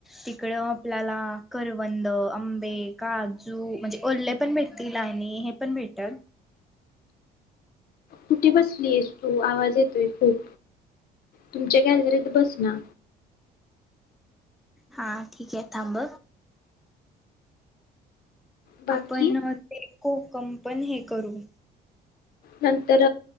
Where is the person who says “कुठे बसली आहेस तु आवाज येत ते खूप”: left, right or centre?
Left